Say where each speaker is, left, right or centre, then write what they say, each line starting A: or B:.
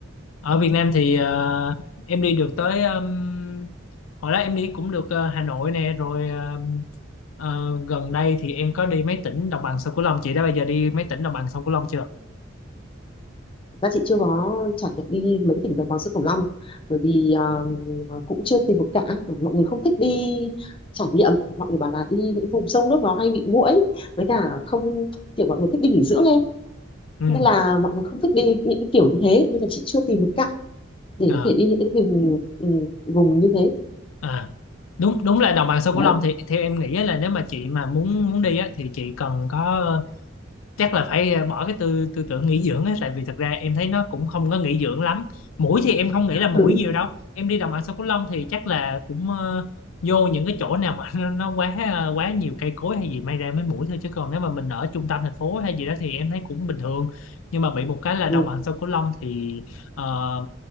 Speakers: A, on the left; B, on the left.
A: Ở Việt Nam thì ờ, em đi được tới um, hồi đó em đi cũng được ờ, Hà Nội nè rồi ờ, ờ, gần đây thì em có đi mấy tỉnh đồng bằng sông Cửu Long chị đã bao giờ đi mấy tỉnh đồng bằng sông Cửu Long chưa
B: ra chị chưa có trải nghiệm đi mấy tỉnh đồng bằng sông Cửu Long bởi vì ờ, cũng chưa tìm được cả bởi vì mọi người không thích đi trải nghiệm mọi người bảo là đi những vùng sông nước nó hay bị muỗi với cả không kiểu mọi người thích đi nghỉ dưỡng em
A: ừ
B: nên là mọi người không thích đi những cái kiểu như thế nên là chị chưa tìm được cạn để
A: à,
B: có thể đi những cái vùng ừ, vùng như thế
A: à. đúng đúng là đồng bằng sông
B: đấy
A: Cửu Long thì theo em nghĩ á là nếu mà chị mà muốn muốn đi á thì chị cần có chắc là phải ờ, bỏ cái tư tư tưởng nghỉ dưỡng á tại vì thật ra em thấy nó cũng không có nghỉ dưỡng lắm mũi thì em không nghĩ là mũi
B: ừ.
A: nhiều đâu em đi đồng bằng sông Cửu Long thì chắc là cũng ờ, vô những cái chỗ nào mà <laughs> nó, nó quá ờ, quá nhiều cây cối hay gì may ra mới mũi thôi chứ còn nếu mà mình ở trung tâm thành phố hay gì đó thì em thấy cũng bình thường nhưng mà bị một cái là
B: Ừ.
A: đồng bằng sông Cửu Long thì ờ,